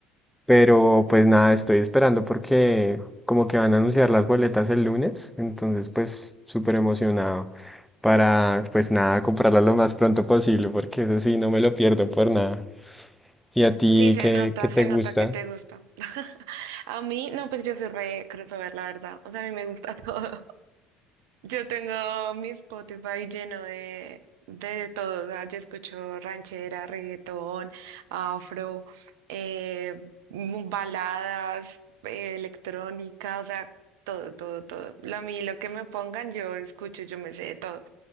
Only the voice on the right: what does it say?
sí se
nota,
se
nota que te gusta. A mí, no, pues yo soy re crossover, la verdad. O sea, a mí me gusta <laughs> todo. Yo tengo mi Spotify lleno de, de todo. O sea, yo escucho ranchera, reggaetón, afro, eh, mu- baladas, eh, electrónica, o sea, todo, todo, todo. Lo- A mí, lo que me pongan, yo escucho, yo me sé de todo.